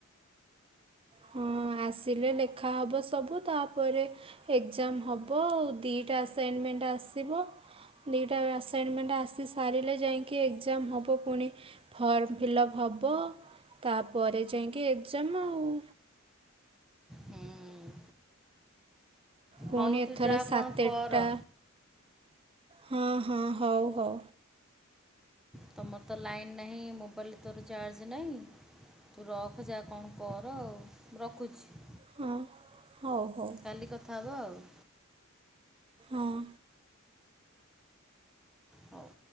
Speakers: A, on the right; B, in the centre.
A: ହଁ ଆସିଲେ ଲେଖା ହବ ସବୁ ତାପରେ ଏଜାମ ହବ ଆଉ ଦିଟା ଆସାଇନମେଣ୍ଟ ଆସିବ। ଦୁଇଟା ଆସାଇନମେଣ୍ଟ ଆସି ସାରିଲେ ଯାଇକି ଏକଜାମ ହେବ ପୁଣି। ଫର୍ମ ଫିଲ୍ଅପ୍ ହବ ତାପରେ ଯାଇକି ଏକଜାମ ଆଉ।
B: ହୁଁ।
A: ପୁଣି
B: ହଉ ତୁ
A: ଏଥର
B: ଯା
A: ସାତଟା
B: କଣ କର
A: ହଁ ହଁ ହଉ ହଉ।
B: ତମର ତ ଲାଇନ୍ ନାହିଁ ମୋବାଇଲରେ ତୋର ଚାର୍ଜ ନାହିଁ। ତୁ ରଖୁ ଯା କଣ କର ଆଉ ରଖୁଛି।
A: ହଁ ହଉ ହଉ।
B: କାଲି କଥା ହେବ ଆଉ।
A: ହଁ
B: ହଉ।